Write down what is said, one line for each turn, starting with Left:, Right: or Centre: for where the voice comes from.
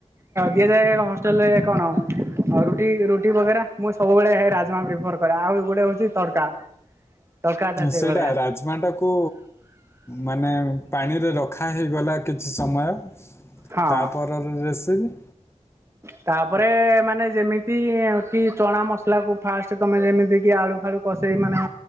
Right: ଦିଆଯାଏ ହଷ୍ଟେଲରେ କଣ ରୁଟି ରୁଟି ବଗେରା ମୁଁ ସବୁବେଳେ ରାଜମା ପ୍ରିଫର କରେ ଆଉ ଗୁଟେ ହଉଛି ତଡକା ତଡକା ଟା ସେଇଭଳିଆ
Left: ସେଇଟା ରାଜମା ଟା କ ମାନେ ପାଣିରେ ରଖା ହେଇଗଲା କିଛି ସମୟ
Right: ହଁ
Left: ତାପରର ରେସିପି
Right: ତାପରେ ମାନେ ଯେମିତି କି ଚଣା ମସଲା କୁ ଫାଷ୍ଟ ତମେ ଯେମିତି କି ଆଳୁ ଫାଳୁ କଷେଇ ମାନେ